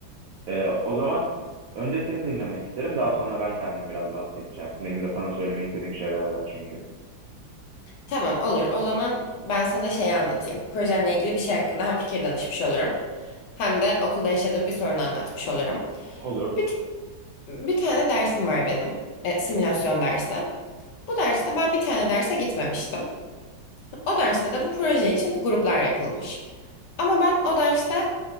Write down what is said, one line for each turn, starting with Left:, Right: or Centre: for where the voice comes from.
Right: Ee, o zaman önce seni dinlemek isterim. Daha sonra ben kendim biraz bahsedeceğim. Benim de sana söylemek istediğim şeyler var çünkü.
Left: Tamam olur. O zaman ben sana şeyi anlatayım. Projemle ilgili bir şey hakkında hem fikir danışmış olurum. Hem de okulda yaşadığım bir sorunu anlatmış olurum.
Right: Olur.
Left: Bir, t- bir tane dersim var benim. E, simülasyon dersi. Bu derste ben bir tane derse gitmemiştim. O derste de bu proje için gruplar yapılmış. Ama ben o derste